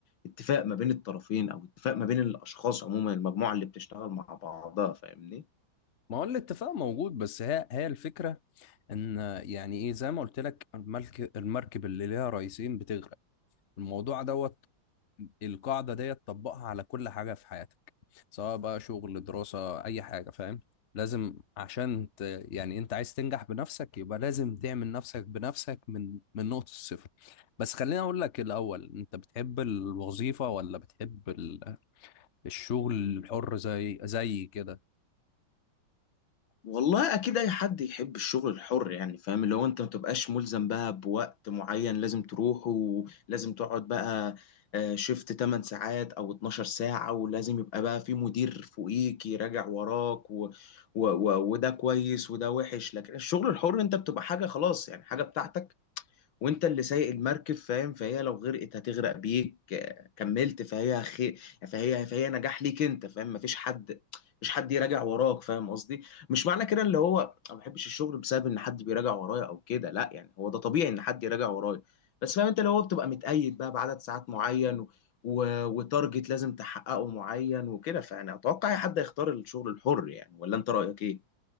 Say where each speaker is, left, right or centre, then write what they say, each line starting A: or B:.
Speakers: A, on the left; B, on the left.
A: اتفاق ما بين الطرفين او اتفاق ما بين الاشخاص عموما المجموعة اللي بتشتغل مع بعضها فاهمني
B: ما هو الاتفاق موجود بس هي هي الفكرة ان يعني ايه زي ما قلت لك الملك المركب اللي ليها رئيسين بتغرق الموضوع دوت القاعدة ديت طبقها على كل حاجة في حياتك سواء بقى شغل دراسة اي حاجة فاهم لازم عشان ت... يعني انت عايز تنجح بنفسك يبقى لازم تعمل نفسك بنفسك من من نقطة الصفر بس خليني اقول لك الاول انت بتحب الوظيفة ولا بتحب ال- الشغل الحر زي زي كده
A: والله اكيد اي حد يحب الشغل الحر يعني فاهم اللي هو انت ما تبقاش ملزم بقى بوقت معين لازم تروحه ولازم تقعد بقى آه، شيفت 8 ساعات او 12 ساعة ولازم يبقى بقى في مدير فوقيك يراجع وراك و... و... و... وده كويس وده وحش لكن الشغل الحر انت بتبقى حاجة خلاص يعني حاجة بتاعتك وانت اللي سايق المركب فاهم فهي لو غرقت هتغرق بيك آه، كملت فهي خير فهي فهي نجاح ليك انت فاهم مفيش حد مش حد يراجع وراك فاهم قصدي مش معنى كده اللي هو انا ما بحبش الشغل بسبب ان حد بيراجع ورايا او كده لا يعني هو ده طبيعي ان حد يراجع ورايا بس فاهم انت اللي هو بتبقى متقيد بقى بعدد ساعات معين و... و... وتارجت لازم تحققه معين وكده فانا اتوقع اي حد هيختار الشغل الحر يعني ولا انت رايك ايه